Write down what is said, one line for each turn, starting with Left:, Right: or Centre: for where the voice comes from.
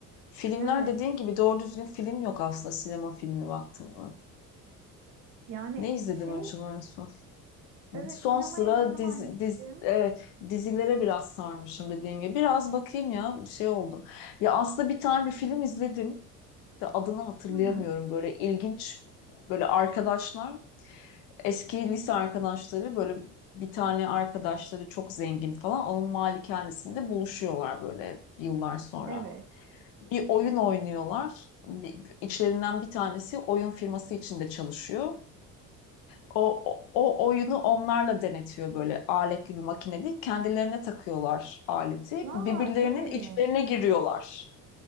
Left: Filmler
Right: evet
Left: dediğin gibi doğru düzgün film yok aslında sinema filmi baktığımda.
Right: yani
Left: Ne izledim
Right: şeyi
Left: acaba en son?
Right: evet
Left: Son
Right: sinemaya
Left: sıra
Right: ne zaman
Left: diz,
Right: gittim?
Left: diz, evet, dizilere biraz sarmışım dediğim gibi. Biraz bakayım ya şey oldum. Ya aslında bir tane bir film izledim de adını hatırlayamıyorum.
Right: Hı hı.
Left: Böyle ilginç böyle arkadaşlar eski lise arkadaşları böyle bir tane arkadaşları çok zengin falan onun malikanesinde buluşuyorlar böyle yıllar sonra.
Right: Evet.
Left: Bir oyun oynuyorlar. Bir- İçlerinden bir tanesi oyun firması içinde çalışıyor. O, o, o oyunu onlarla denetiyor böyle aletli bir makine değil. Kendilerine takıyorlar aleti.
Right: Aa,
Left: Birbirlerinin
Right: çok ilginç.
Left: içlerine giriyorlar.